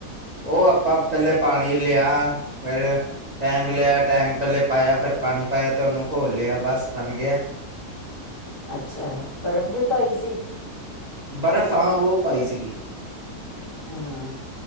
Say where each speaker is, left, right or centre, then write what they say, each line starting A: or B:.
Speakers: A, on the right; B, on the right.
A: ਓ ਆਪਾਂ ਪਹਿਲੇ ਪਾਣੀ ਲਿਆ ਫੇਰ। ਟੈਂਕ ਲਿਆ ਟੈਂਕ ਪਹਿਲੇ ਪਾਇਆ ਫਿਰ ਪਾਣੀ ਪਾਇਆ ਤੇ ਉਹਨੂੰ ਘੋਲ ਲਿਆ ਬਸ ਬਣ ਗਿਆ।
B: ਅੱਛਾ, ਬਰਫ਼ ਵੀ ਪਾਈ ਸੀ।
A: ਬਰਫ਼ ਹਾਂ, ਓ ਪਾਈ ਸੀਗੀ।
B: ਹੂੰ,